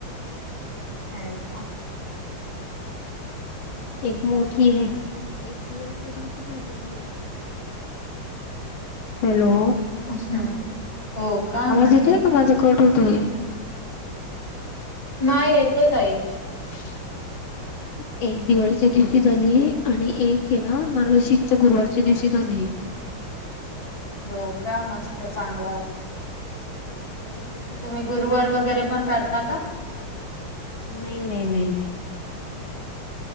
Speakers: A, on the left (about 15°); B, on the left (about 85°).
A: <unintelligible> <inaudible>
B: एक मोठी आहे एक दिवाळीच्या दिवशी झालेलीये. हॅलो.
A: हम्म हो. का
B: आवाज
A: म्हंटलं
B: येतोय का? माझा कट होतोयं.
A: नाय येतयं ताई.
B: <inaudible> एक दिवाळीच्या दिवशी झाली... आणि एक हे ना.. मार्गशीर्ष च्या गुरुवारच्या दिवशी झाली.
A: हो का मस्त चांगलाय म...
B: बरे हे बघ...
A: तुम्ही गुरुवार वेगैरे पण करता का?
B: नाही -नाही...